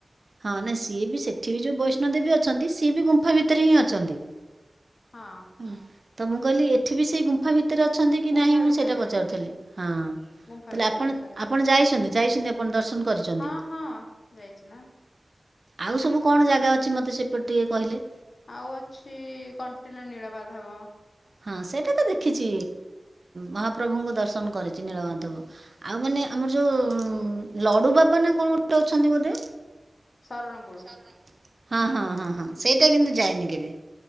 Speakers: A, on the right; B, on the left.
A: ହଁ ନାଇଁ ସିଏ ବି ସେଠି ବି ଯୋଉ ବୈଷ୍ଣବ ଦେବୀ ଅଛନ୍ତି, ସିଏ ବି ଗୁମ୍ଫା ଭିତରେ ହିଁ ଅଛନ୍ତି।
B: ହଁ।
A: ହୁଁ, ତ ମୁଁ କହିଲି ଏଠି ବି ସେଇ ଗୁମ୍ଫା ଭିତରେ ଅଛନ୍ତି କି
B: ଗୁମ୍ଫା
A: ନାହିଁ ମୁଁ
B: ଭିତରେ।
A: ସେଟା ପଚାରୁଥିଲି, ହଁ ତାହେଲେ
B: ଗୁମ୍ଫା ଭିତରେ
A: ଆପଣ
B: ଗୁମ୍ଫା ଭିତରେ
A: ଆପଣ ଯାଇଛନ୍ତି ଯାଇଛନ୍ତି ଆ ପଣ ଦର୍ଶନ କରିଛନ୍ତି।
B: ହଁ ହଁ ଯାଇଛି ନା।
A: ଆଉ ସବୁ କଣ ଜାଗା ଅଛି ମୋତେ ସେପଟେ ଟିକେ କହିଲେ?
B: ଆଉ ଅଛି କଣ୍ଟିିଲ ନୀଳମାଧବ।
A: ହଁ ସେଇଟା ତ ଦେଖିଛି, ମହାପ୍ରଭୁଙ୍କୁ ଦର୍ଶନ କରିଛି ନୀଳମା ଦେବ ଆଉ ମାନେ ଆମର ଯେଉଁ ଲଡୁ ବାବା ନା କଣ ଗୋଟେ ଅଛନ୍ତି ବୋଧେ?
B: ଶରଣକୁଳୁ
A: ହଁ, ହଁ, ହଁ, ହଁ, ସେଇଟା କିନ୍ତୁ ଯାଇନି କେବେ।